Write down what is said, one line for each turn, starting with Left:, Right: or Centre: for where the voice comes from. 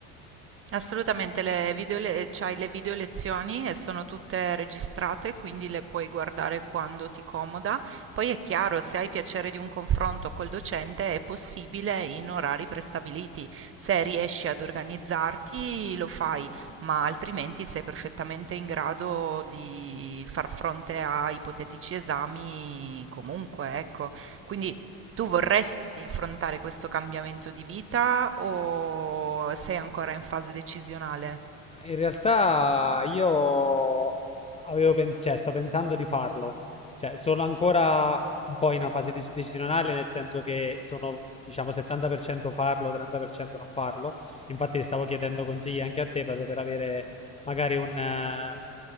Right: assolutamente le video le- c'hai le video lezioni e sono tutte registrate, quindi le puoi guardare quando ti comoda. Poi è chiaro, se hai piacere di un confronto col docente è possibile in orari prestabiliti. Se riesci ad organizzarti lo fai, ma altrimenti sei perfettamente in grado di far fronte a ipotetici esami comunque, ecco. Quindi Tu vorresti affrontare questo cambiamento di vita o sei ancora in fase decisionale?
Left: In realtà io avevo pen- cioè, sto pensando di farlo, cioè, sono ancora un po' in una fase dec- decisionale, nel senso che sono, diciamo, 70% farlo, 30% non farlo. Infatti, stavo chiedendo consigli anche a te proprio per avere magari un, eh,